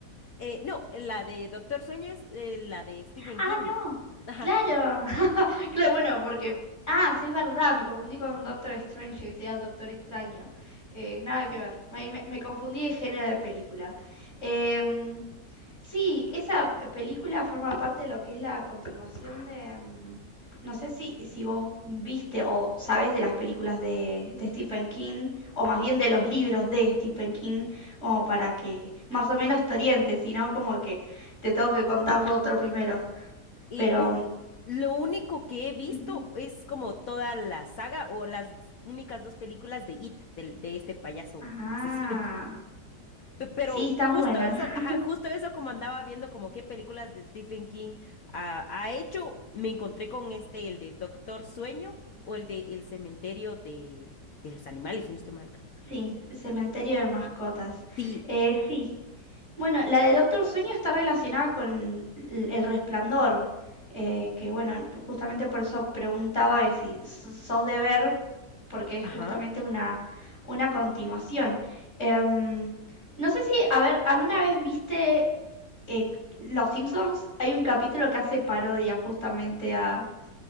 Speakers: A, on the left; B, on the left.
A: Eh, no, la de Doctor Sueño es eh, la de Stephen
B: Ah,
A: King, ¿no?
B: no.
A: Ajá.
B: Claro, <laughs> claro, bueno, porque... Ah, sí, es verdad, me confundí con Doctor Strange, que sería Doctor Extraño. Eh, nada que ver, ahí me, me confundí de género de película. Em, Sí, esa p- película forma parte de lo que es la continuación de... mm, No sé si, si vos viste o sabés de las películas de, de Stephen King, o más bien de los libros de Stephen King, como para que más o menos te orientes, sino como que te tengo que contar lo otro primero.
A: Y
B: Pero...
A: uh,
B: mm,
A: lo único que he visto
B: Ujú.
A: es como toda la saga o las únicas dos películas de It, del de este payaso
B: Ah,
A: asesino. <laughs> Pe- Pero
B: sí, están
A: justo
B: buenas.
A: eso,
B: <laughs>
A: ajá, justo eso como andaba viendo como qué películas de Stephen King ah, ha hecho, me encontré con este, el de Doctor Sueño o el de El Cementerio de, de los Animales, si no estoy mal.
B: Sí, Cementerio de Mascotas.
A: Sí,
B: Eh, sí, Bueno, la de Doctor Sueño está relacionada con l- el resplandor, eh, que bueno, justamente por eso preguntaba de si s- sos de ver, porque es
A: ajá.
B: justamente una, una continuación. Em, no sé si, a ver, ¿alguna vez viste eh, Los Simpsons? Hay un capítulo que hace parodia justamente a,